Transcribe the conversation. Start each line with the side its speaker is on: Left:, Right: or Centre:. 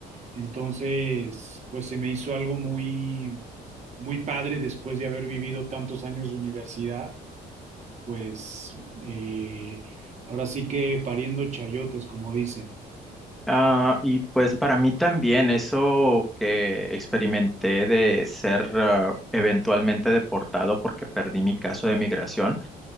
Right: Entonces, pues se me hizo algo muy, muy padre después de haber vivido tantos años de universidad. Pues eh, ahora sí que pariendo chayotes, como dicen.
Centre: Ah, y pues para mí también eso que experimenté de ser ah, eventualmente deportado porque perdí mi caso de migración,